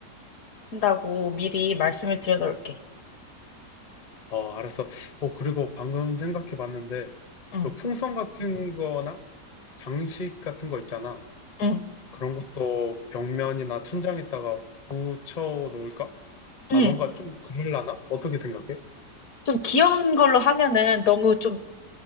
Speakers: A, on the left; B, on the left.
A: 한다고 미리 말씀을 드려 놓을게.
B: 어, 알았어. 어, 그리고 방금 생각해 봤는데
A: 응,
B: 그 풍선 같은 거나 장식 같은 거 있잖아.
A: 응,
B: 그런 것도 벽면이나 천장에다가 붙여 놓을까? 아,
A: 응.
B: 뭔가 좀 그럴라나? 어떻게 생각해?
A: 좀 귀여운 걸로 하면은 너무 좀